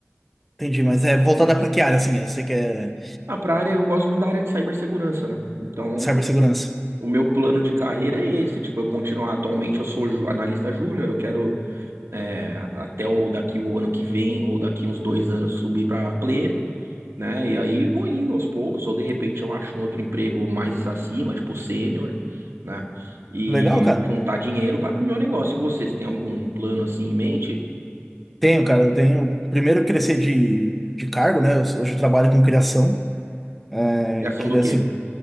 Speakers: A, in the centre; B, on the right (about 85°).
A: entendi. Mas é voltada pra que área, assim? Você quer
B: Ah, pra área eu gosto muito da área de cibersegurança, né? Então,
A: cibersegurança?
B: o meu plano de carreira é esse, tipo, eu continuar atualmente eu sou ju- analista júnior, eu quero eh, até o daqui o ano que vem ou daqui uns dois anos subir para pleno né? E aí vou indo aos poucos, ou de repente eu acho um outro emprego mais acima, tipo sênior, né? E
A: Legal, cara.
B: juntar dinheiro para abrir meu negócio. E vocês têm algum plano assim em mente?
A: Tenho, cara. Eu tenho. Primeiro, eu crescer de, de cargo, né? Eu sou- hoje eu trabalho com criação. é,
B: Criação
A: Queria
B: do quê?
A: sub...